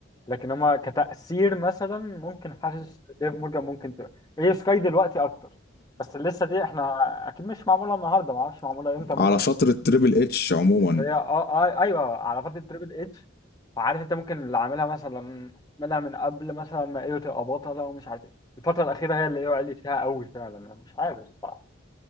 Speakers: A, on the left; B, on the left.
A: لكن هما كتأثير مثلا ممكن حاسس ديف مورجان ممكن تبقى ايو سكاي دلوقتي اكتر بس لسه دي احنا اكيد مش معموله النهارده ما اعرفش معموله امتى ممكن
B: على فتره تريبل اتش عموما
A: بس هي اه آه، ايوه على فتره تريبل اتش فعارف انت ممكن اللي عاملها مثلا عاملها من قبل مثلا ما ايوه تبقى بطله ومش عارف ايه الفتره الاخيره هي اللي ايوه عليت فيها قوي فعلا انا مش عارف الصراحه